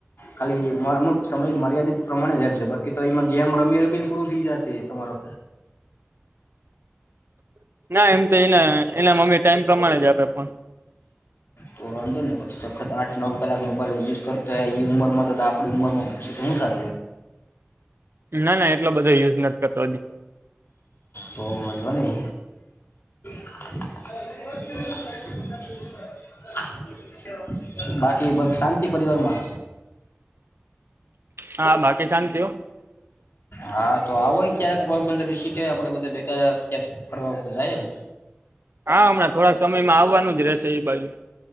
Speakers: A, on the left; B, on the right.
A: ખાલી અમુક સમય મર્યાદિત પ્રમાણે જ આપજો બાકી તો એમાં ગેમ રમી રમીને પૂરું થઈ જશે તમારો
B: <inaudible> ના એમ તો એના એના મમ્મી ટાઈમ પ્રમાણે જ આપે ફોન
A: તો વાંધો ને પછી આઠ નવ કલાક મોબાઈલ યુઝ કરતો હોય ઉમરમાં તો આપણી ઉંમર માં શું સાથે
B: ના ના એટલો બધો યુઝ નથી કરતો હજી.
A: તો વાંધો નહી <inaudible> બાકી બ શાંતિ પરિવારમાં
B: હા બાકી શાંતિ હો
A: હા તો આવો ને ક્યારે. પોરબંદર વિશે આપડે બધા ભેગા ફરવા જાય
B: હા હમણાં થોડાક સમયમાં આવવાનું જ રહેશે એ બાજુ.